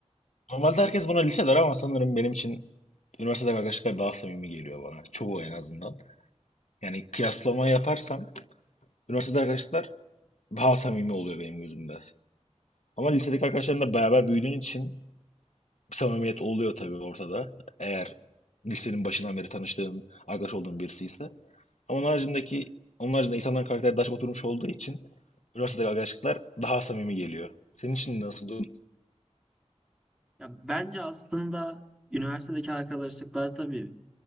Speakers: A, on the left; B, in the centre.
A: Normalde herkes buna lise der ama sanırım benim için üniversitede arkadaşlıklar daha samimi geliyor bana. Çoğu en azından. Yani kıyaslama yaparsam üniversitede arkadaşlıklar daha samimi oluyor benim gözümde. Ama lisedeki arkadaşlarımla beraber büyüdüğün için bir samimiyet oluyor tabii ortada. Eğer lisenin başından beri tanıştığın, arkadaş olduğun birisi ise. Ama onun haricindeki, onun haricinde insanların karakteri daha çok oturmuş olduğu için üniversitedeki arkadaşlıklar daha samimi geliyor. Senin için nasıl durum?
B: Ya bence aslında üniversitedeki arkadaşlıklar tabii